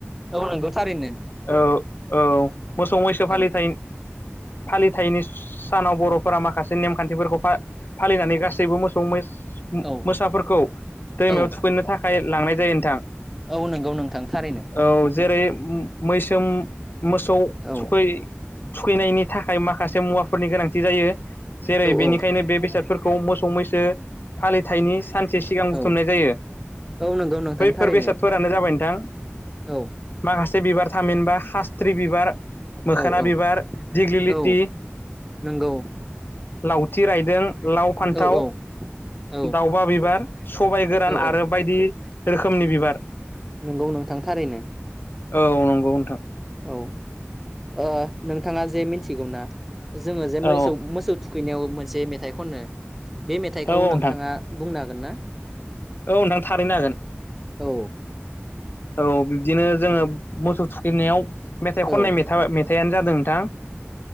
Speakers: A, in the centre; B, on the left.
A: औ नंगौ थारैनो।
B: औ औ मोसौ मैसो
A: औ
B: फालिथाय फिथाइनि सानाव बर'फोरा माखासे नेमखान्थिफोरखौ फालिनानै गासैबो मोसौ
A: औ
B: मोसाफोरखौ दैमायाव
A: औ
B: थुखैनो थाखाय लांनाय जायो नोंथां।
A: औ नंगौ नोंथां थारैनो
B: औ जेरै मैसोम मोसौ
A: औ
B: थुखै थुखैनायनि थाखाय माखासे मुवाफोरनि गोनांथि जायो जेरै
A: औ
B: बेनिखायनो
A: औ जेरै
B: बे
A: बेनिखायनो
B: बेसाद फोरखौ
A: बे
B: मोसौ मैसो फालिथायनि
A: फालिथायनि
B: सानसे सिगां बुथुमनाय
A: औ
B: जायो।
A: औ नंगौ नोंथां
B: बैफोर
A: थारैनो
B: बेसादफोरानो जाबाय नोंथां।
A: औ।
B: माखासे बिबार थामहिनबा खासथ्रि बिबार मोखोना
A: औ औ
B: बिबार दिग्लिलिथि
A: औ नंगौ
B: लावथि रायदों
A: औ
B: लाव फान्थाव
A: औ
B: दाउबा
A: औ
B: बिबार सबाइ
A: औ
B: गोरान आरो बायदि
A: औ
B: रोखोमनि बिबार
A: नंगौ। थारैनो
B: औ नंगौ नोंथां।
A: औ नोंथाङा ओ जे मिथिगौनाा जोङो जे मोसौ
B: औ
A: मोसौ थुखैनायाव मोनसे मेथाइ खनो बे मेथाइखौ
B: औ नोंथां
A: नोंथाङा बुंनो हागोन ना?
B: औ नोंथां थारैनो हागोन।
A: औ।
B: औ बिब्दिनो जोङो मोसौ थुखैनायाव मेथाइ
A: औ
B: खननाय
A: औ
B: मेथाइ मेथाइआानो जादों दा